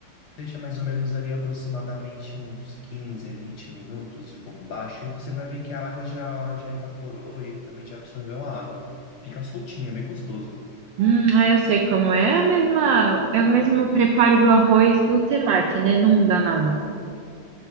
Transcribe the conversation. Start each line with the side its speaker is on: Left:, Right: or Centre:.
Left: Deixa mais ou menos ali aproximadamente uns 15 a 20 minutos de fogo baixo e você vai ver que a água já, já evaporou e ele também já absorveu a água. Fica soltinho, é bem gostoso.
Right: Hum, ah, eu sei como é. É a mesma, é o mesmo preparo do arroz do temaki, né? Não dá nada.